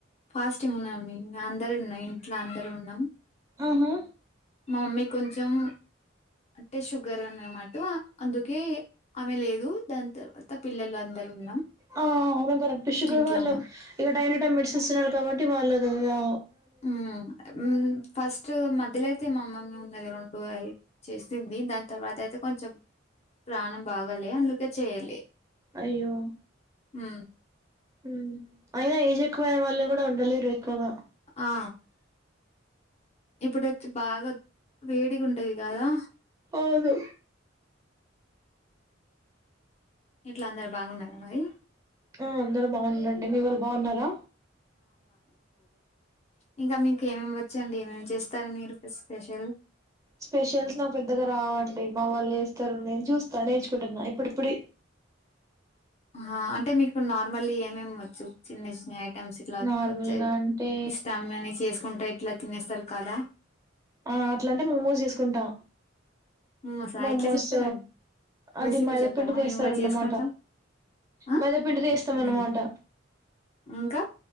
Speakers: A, on the left (about 35°); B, on the right (about 15°).
A: ఫాస్టింగ్ ఉన్నాం మేం అందరు ఉన్నా ఇంట్లో అందరూ ఉన్నాం
B: ఆహా
A: మా మమ్మీ కొంచెం అంటే షుగర్ అన్నమాట అందుకే ఆమె లేదు దాని తర్వాత పిల్లలు అందరూ ఉన్నాం
B: ఆ అవును కరెక్ట్ షుగర్
A: ఇంట్లో
B: వాళ్ళు
A: మొ
B: ఇగ టైన్ టు టైమ్ మెడిసిన్స్ తినాలి కాబట్టి వాళ్ళు ఆ
A: ఉమ్ ఉమ్ ఫస్ట్ మధ్యలో అయితే మా అమ్మమే ఉన్నది రెండు ఆ చేసింది దాని తర్వాత అయితే కొంచెం ప్రాణం బాగాలే అందుకే చేయాలే
B: అయ్యో
A: హు
B: హు, అయినా ఏజ్ ఎక్కువ అయినా వాళ్ళు కూడా ఉండలేరు. ఎక్కువగా
A: ఆ ఇప్పుడు వచ్చి బాగా వేడిగా ఉంన్ టది కాదా
B: అవును
A: ఇంట్లో అందరు బాగున్నారా మరి
B: ఆ అందరూ బావున్నరండీ, మీ వాళ్ళు బావున్నారా
A: ఇంకా మీకు ఏమేమి వచ్చండి ఏమేమి చేస్ త్తరు మీరు పస్ స్పెషల్
B: స్పెషల్స్ నాకు పెద్దగా రావండి, మా వాళ్ళు ఏస్తారు నేను చూస్తా నేర్చుకుంటున్నా ఇప్పుడు ఇప్పురి
A: ఆ అంటే మీకు నార్మల్ ఏమేమ్ వచ్చు చిన్న స్నాక్ ఎమ్స్ ఇట్ల
B: నార్మల్గా
A: వచ్చయ్,
B: అంటే
A: ఇష్టామ్మయ్ నయ్ చేసుకుంటె ఎట్లా తినేస్సరు కదా
B: ఆ అట్లాంటే మెమోస్ తీసుకుంటా
A: మోమోసా
B: మోమోస్,
A: ఎట్లా చెప్తారండి?
B: అది
A: రెసిపీ
B: మైదపిండి
A: చెప్పారా?
B: తిస్సారన్నమాట,
A: మేము గూడా చేసుకుంటాం. ఆ
B: మైదపిండి తీస్తాం
A: ఉమ్,
B: అన్నమాట
A: ఇంకా